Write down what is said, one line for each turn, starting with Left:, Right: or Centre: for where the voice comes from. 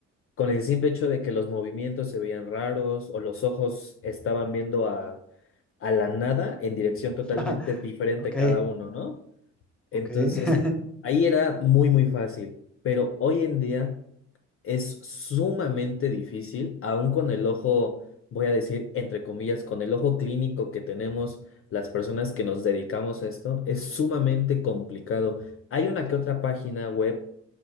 Left: con el simple hecho de que los movimientos se veían raros o los ojos estaban viendo a la nada en dirección totalmente
Centre: <laughs>
Left: diferente
Centre: Ok,
Left: cada uno, ¿no?
Centre: ok.
Left: Entonces,
Centre: <laughs>
Left: ahí era muy, muy fácil, pero hoy en día es sumamente difícil, aún con el ojo, voy a decir, entre comillas, con el ojo clínico que tenemos las personas que nos dedicamos a esto, es sumamente complicado. Hay una que otra página web